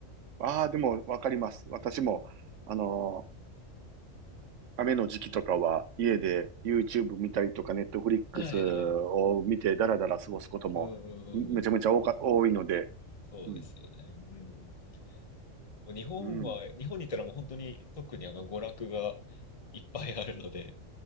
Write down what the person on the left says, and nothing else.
うん
はいはい。
うんうんうんうん。
そうですよね。
うん。もう日本は、
日本にいたらもう本当に特にあの、娯楽がいっぱいあるので、